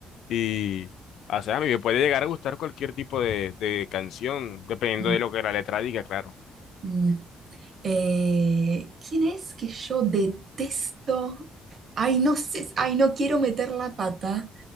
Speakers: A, on the left; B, on the right.
A: Y, o sea, a mí me puede llegar a gustar cualquier tipo de, de canción, dependiendo
B: Mm,
A: de lo que la letra diga, claro.
B: mm. Eh, ¿quién es que yo detesto? Ay, no sé, ay, no quiero meter la pata.